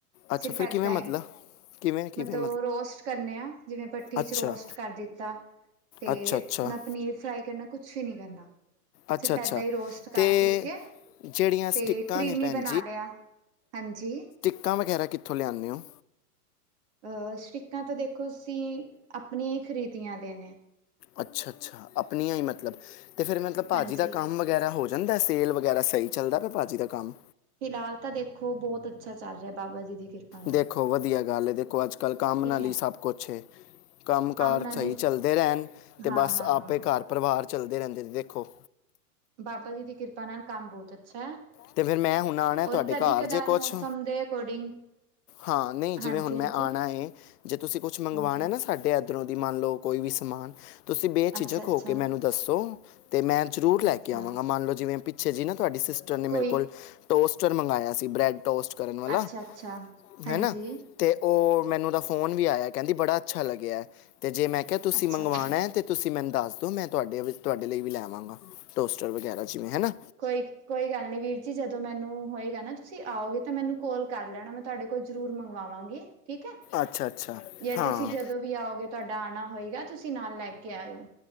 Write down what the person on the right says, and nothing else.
ਸਿਰਫ
ਏਦਾਂ
ਹੀ
ਮਤਲਬ ਰੋਸਟ ਕਰਨੇ ਆ ਜਿਵੇਂ ਪੱਠੀ
ਚ ਰੋਸਟ ਕਰ ਦਿੱਤਾ। ਤੇ
ਨਾ ਪਨੀਰ ਫਰਾਈ ਕਰਨਾ, ਕੁਛ ਵੀ ਨਹੀਂ ਕਰਨਾ।
ਸਿਰਫ
ਏਦਾਂ ਹੀ ਰੋਸਟ
ਕਰ ਕੁਰ ਕੇ
ਤੇ ਕਰੀਮੀ
ਬਣਾ ਲੇਆ। ਹਾਂਜੀ।
ਅਹ ਸਟਕਾਂ ਤਾਂ ਦੇਖੋ ਅਸੀਂ ਆਪਣੀਆਂ ਹੀ ਖ਼ਰੀਦੀਆਂ ਦੇ ਨੇ।
ਹਾਂਜੀ
ਫਿਲਹਾਲ ਤਾਂ ਦੇਖੋ ਬਹੁਤ ਅੱਛਾ ਚੱਲ ਰਿਹਾ ਬਾਬਾ ਜੀ ਦੀ ਕਿਰਪਾ। ਨਾਲ।
ਠੀਕ
ਹੈ
ਨਾਲ
ਹੀ
ਹਾਂ
ਹਾਂ ਹਾਂ
ਬਾਬਾ ਜੀ ਦੀ ਕਿਰਪਾ ਨਾਲ ਕੰਮ ਬਹੁਤ ਅੱਛਾ ਹੈ।
ਔਰ ਕਦੀ
ਕਦਾਰ
ਮੌਸਮ ਦੇ ਅਕੋਰਡਿੰਗ
ਹਾਂਜੀ
ਹਾਂਜੀ
ਹਾਂਜੀ
ਅੱਛਾ ਅੱਛਾ
ਅੱਛਾ
ਕੋਈ
ਅੱਛਾ
ਅੱਛਾ ਹਾਂਜੀ
ਅੱਛਾ
ਅੱਛਾ
ਕੋਈ ਕੋਈ ਗੱਲ ਨਹੀਂ ਵੀਰ ਜੀ ਜਦੋਂ ਮੈਨੂੰ ਹੋਏਗਾ ਨਾ ਤੁਸੀਂ ਆਓਗੇ ਤਾਂ ਮੈਨੂੰ ਕੋਲ ਕਰ ਲੈਣਾ। ਤੁਹਾਡੇ ਕੋਲ ਜ਼ਰੂਰ ਮੰਗਵਾਵਾਂਗੀ ਠੀਕ ਹੈ
ਜੇ
ਤੁਸੀਂ ਜਦੋਂ ਵੀ। ਵੀ ਆਓਗੇ ਤੁਹਾਡਾ ਆਉਣਾ ਹੋਏਗਾ ਤੁਸੀਂ ਨਾਲ ਲੈ ਕੇ ਆਇਓ।